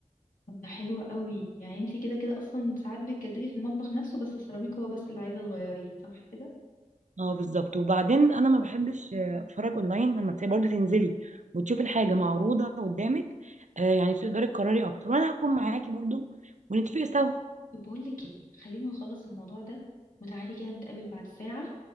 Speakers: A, on the left; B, on the right.
A: طب ده حلو قوي يعني انتي كده كده اصلا ساعات بتجددي في المطبخ نفسه بس السيراميك هو بس اللي عايزة تغيريه صح كده
B: اه بالظبط وبعدين انا ما بحبش آه، اتفرج اونلاين لما تبقي برضه تنزلي وتشوفي الحاجة معروضة قدامك آه، يعني تقدري تقرري اكتر وانا هكون معاكي برضه ونتفق سوا
A: طب بقول لك ايه خلينا نخلص الموضوع ده وتعالي كده نتقابل بعد ساعة